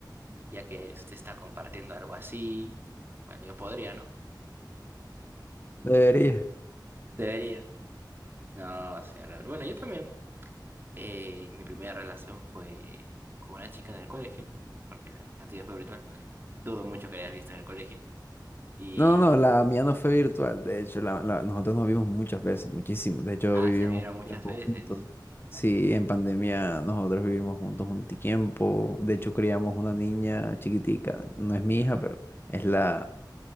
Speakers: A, on the right; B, on the left.
A: ya que usted está compartiendo algo así, bueno, yo podría, ¿no?
B: Debería.
A: Debería. No, señor Raúl. Bueno, yo también. Eh, mi primera relación fue con una chica en el colegio, porque la, la tuya fue virtual. Dudo mucho que la hayas visto en el colegio. Y...
B: No, no, no, la mía no fue virtual. De hecho, la, la- nosotros nos vimos muchas veces, muchísimo. De hecho,
A: Ah,
B: vivimos
A: se vieron
B: un
A: muchas
B: tiempo
A: veces.
B: juntos. Sí, en pandemia nosotros vivimos juntos un tiempo. De hecho, criamos una niña chiquitica. No es mi hija, pero es la,